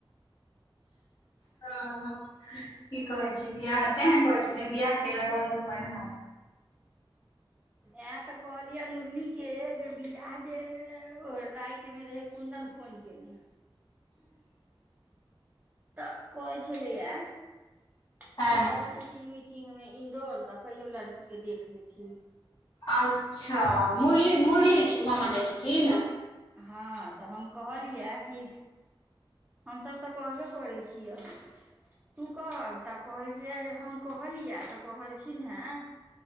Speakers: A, on the left (about 45°); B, on the right (about 15°).
A: ह की कहै छी बियाह तें नै कहै छी बियाह केलाके बाद लोक बनहा
B: इहे त कहलिये मुरली के जे बियाह जे राति में रहे कुंन्दन फोन कैने तऽ कहै छेलैया कि
A: हँ
B: अबै छथिन मी टिंगमे इन्दौर तऽ कहियो लड़कीके देख लेथिन
A: अच्छा मुरली
B: तऽ
A: मुरली मामा जाइ छथिन
B: हँ तऽ हम कहलियै कि हमसभ तऽ कहबे करै छिय‍‍ तू कहक तऽ कहलकए जे हम कहलियै तऽ कहलखिन हें